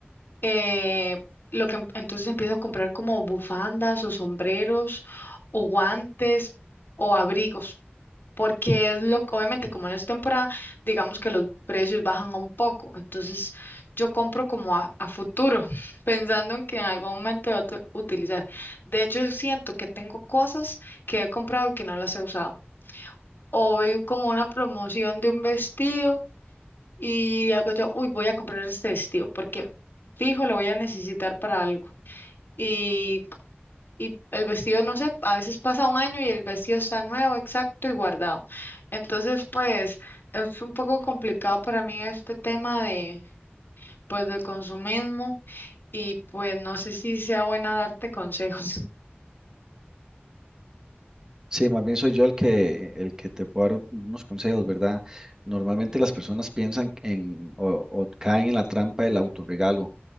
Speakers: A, on the left; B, on the right.
A: eh, lo que em- entonces empiezo a comprar como bufandas o sombreros o guantes o abrigos, porque es lo obviamente como en esta temporada, digamos que los precios bajan un poco, entonces yo compro como a, a futuro, <laughs> pensando en que en algún momento voy a tu- utilizar. De hecho, siento que tengo cosas que he comprado y que no las he usado. O veo como una promoción de un vestido y hago yo, uy, voy a comprar este vestido porque fijo, lo voy a necesitar para algo. Y, y el vestido, no sé, a veces pasa un año y el vestido está nuevo, exacto y guardado. Entonces, pues, es un poco complicado para mí este tema de, pues, del consumismo y pues no sé si sea buena darte consejos. <laughs>
B: Sí, más bien soy yo el que, el que te puedo dar unos consejos, ¿verdad? Normalmente las personas piensan en o, o caen en la trampa del autorregalo.